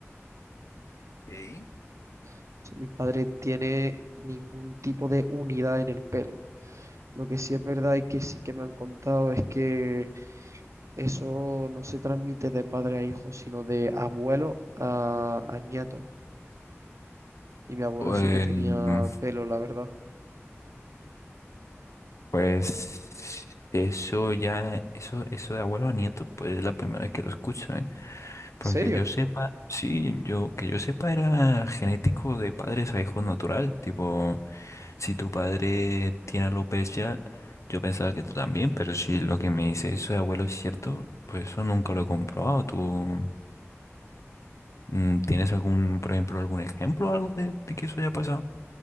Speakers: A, on the left; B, on the right.
A: Ok.
B: O sea, mi padre tiene ningún tipo de unidad en el pelo. Lo que sí es verdad y que sí que me han contado es que eso no se transmite de padre a hijo, sino de abuelo a, a nieto. Y mi abuelo
A: O,
B: sí
A: eh,
B: que tenía
A: Eh,
B: pelo, la verdad.
A: Pues eso ya, eso, eso de abuelo a nieto, pues es la primera vez que lo escucho, ¿eh?
B: ¿En
A: Porque
B: serio?
A: yo sepa, sí, yo, que yo sepa era genético de padres a hijos natural, tipo, si tu padre tiene alopecia, yo pensaba que tú también, pero si lo que me dice eso de abuelo es cierto, pues eso nunca lo he comprobado. ¿Tú mm, tienes algún, por ejemplo, algún ejemplo o algo de, de que eso haya pasado?